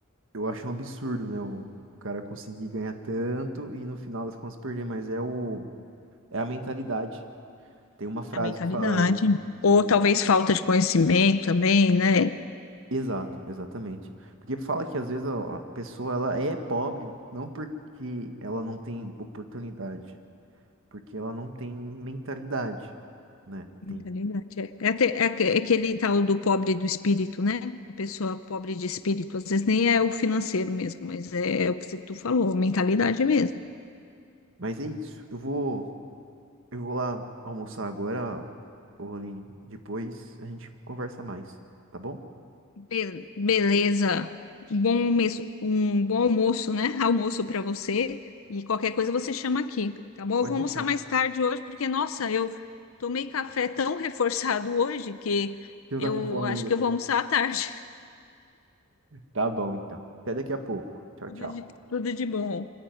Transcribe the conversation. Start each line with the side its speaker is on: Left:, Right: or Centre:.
Right: Eu acho um absurdo, né? O, o cara conseguir ganhar tanto e no final das contas perder, mas é o é a mentalidade. Tem uma frase
Left: a mentalidade.
Right: que fala, né?
Left: Ou
Right: o-
Left: talvez falta de conhecimento também, né?
Right: exato, exatamente. Porque fala que às vezes a, a pessoa ela é pobre não porque ela não tem oportunidade, porque ela não tem mentalidade, né?
Left: Mentalidade.
Right: Tem.
Left: É, é até- é aque- é aquele tal do pobre do espírito, né? A pessoa pobre de espírito, às vezes nem é o financeiro mesmo, mas é o que você- tu falou, mentalidade mesmo.
Right: Mas é isso. Eu vou eu vou lá almoçar agora, ô Aline. Depois a gente conversa mais, tá bom?
Left: Be- beleza. Bom almoço, um bom almoço, né? <laughs> Almoço para você. E qualquer coisa você chama aqui, tá bom?
Right: Pode
Left: Eu vou
Right: deixar.
Left: almoçar mais tarde hoje, porque, nossa, eu tomei café tão <laughs> reforçado hoje que
Right: Você não
Left: eu
Right: tá com fome
Left: acho
Right: ainda.
Left: que eu vou almoçar à tarde.
Right: Tá bom, então. Até daqui a pouco.
Left: <laughs>
Right: Tchau,
Left: Tudo
Right: tchau.
Left: de, tudo de bom.